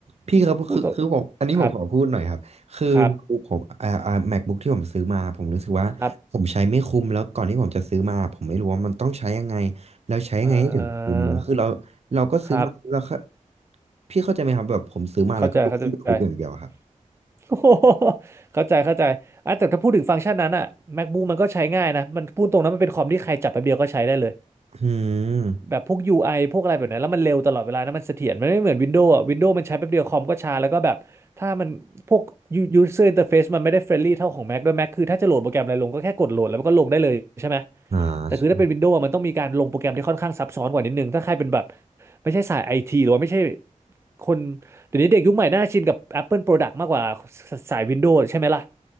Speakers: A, on the right; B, on the right.
A: พี่ครับคือคือผมอันนี้ผมขอพูดหน่อยครับคือ
B: พูดตรงครับครับ
A: ผมอ่าอ่า MacBook ที่ผมซื้อมาผมรู้สึกว่าผมใช้ไม่คุ้มแล้วก่อนที่ผมจะซื้อมาผมไม่รู้ว่ามันต้องใช้ยังไง
B: ครับ
A: แล้วใช้ยังไงให้ถึงคุ้มแล้วคือเราเราก็ซื้อมาแล้วก็
B: อ่าครับ
A: พี่เข้าใจไหมครับแบบผมซื้อมาแล้วก็ดูแค่
B: เข้าใจเข้าใจ
A: YouTube
B: <laughs>
A: อย่างเดียวอะครับ
B: โอ้โหเข้าใจเข้าใจอ่ะแต่ถ้าพูดถึงฟังก์ชันนั้นอ่ะ MacBook มันก็ใช้ง่ายนะมันพูดตรงนั้นมันเป็นคอมที่ใครจับแป๊บเดียวก็ใช้ได้เลย
A: อืม
B: แบบพวก UI พวกอะไรแบบนั้นแล้วมันเร็วตลอดเวลานะมันเสถียรมันไม่เหมือน Windows อ่ะ Windows มันใช้แป๊บเดียวคอมก็ช้าแล้วก็แบบถ้ามันพวก u- user interface มันไม่ได้เฟรนลี่เท่าของ Mac ด้วย Mac คือถ้าจะโหลดโปรแกรมอะไรลงก็แค่กดโหลดแล้วมันก็ลงได้เลยใช่ไหม
A: อ่า
B: แต่คือถ้าเป็น Windows อะมันต้องมีการลงโปรแกรมที่ค่อนข้างซับซ้อนกว่านิดนึงถ้าใครเป็นแบบไม่ใช่สายไอทีหรือว่าไม่ใช่คนเดี๋ยวนี้เด็กยุคใหม่น่าชินกับ Apple Product มากกว่าสาย Windows ใช่ไหมล่ะ